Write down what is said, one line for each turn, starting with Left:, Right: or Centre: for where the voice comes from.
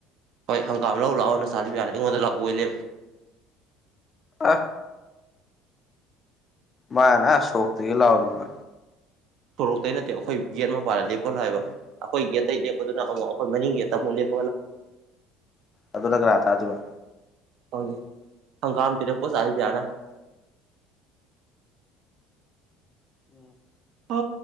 Right: ꯍꯣꯏ ꯍꯪꯒꯥꯝ ꯂꯧ ꯂꯥꯛꯑꯣꯅ ꯆꯥꯂꯤꯕ ꯌꯥꯅꯤ ꯑꯩꯉꯣꯟꯗ ꯂꯥꯎꯕ ꯑꯣꯏ ꯂꯩꯔꯝꯃꯦ
Left: ꯑꯥ ꯃꯥꯅ ꯑꯥ ꯁꯣꯔꯣꯛꯇꯒꯤ ꯂꯥꯎꯔꯝꯃꯤꯕ
Right: ꯁꯣꯔꯣꯛꯇꯇꯩ ꯅꯠꯇꯦ ꯑꯩꯈꯣꯏ ꯒꯦꯠ ꯃꯄꯄꯥꯗ ꯂꯦꯞꯄꯒ ꯂꯥꯎ ꯂꯩꯔꯝꯃꯤꯕ ꯥ ꯑꯩꯈꯣꯏ ꯒꯠꯇꯩ ꯂꯦꯞꯄꯗꯨꯅ ꯑꯃꯨꯛ ꯑꯩꯈꯣꯏ ꯃꯅꯤꯡ ꯒꯦꯠꯇ ꯑꯃꯨꯛ ꯂꯦꯞꯄ
Left: ꯑꯗꯨꯗ ꯀꯅꯅꯥ ꯇꯥꯗꯣꯏꯕ
Right: ꯈꯪꯗꯦ ꯍꯪꯒꯥꯝ ꯄꯤꯔꯛꯄꯥꯖꯅꯤ ꯖꯤꯌꯅ
Left: ꯎꯝ
Right: ꯑ